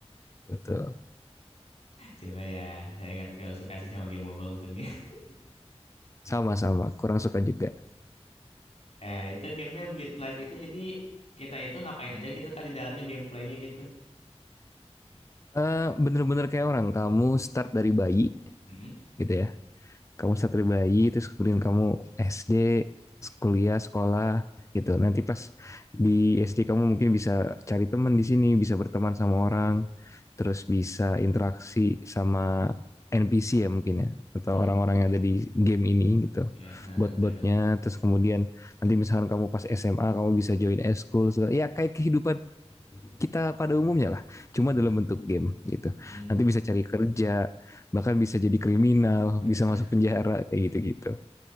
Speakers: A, on the left; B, on the left.
A: Betul.
B: Cuma ya saya nggak terlalu suka sih sama game mobile untungnya. <laughs>
A: Sama-sama. Kurang suka juga.
B: Eh itu gamenya Beat Life itu jadi kita itu ngapain aja gitu kak di dalamnya gameplaynya gitu.
A: Eh, Bener-bener kayak orang. Kamu start dari bayi
B: Mm-mm.
A: gitu ya. kamu satria bayi terus kemudian kamu SD kuliah sekolah gitu nanti pas di SD kamu mungkin bisa cari teman di sini bisa berteman sama orang terus bisa
B: Mm. mm
A: interaksi sama NPC ya mungkin ya atau
B: mm
A: orang-orang
B: mm
A: yang ada di game ini gitu
B: Ya, ha,
A: bot-botnya
B: non-playable.
A: terus kemudian nanti misalkan kamu pas SMA kamu bisa join eskul ya kayak kehidupan kita pada umumnya lah, cuma
B: Waduh.
A: dalam bentuk game gitu.
B: Hmm.
A: Nanti bisa cari kerja, bahkan bisa jadi kriminal,
B: Waduh,
A: bisa masuk penjara kayak gitu-gitu.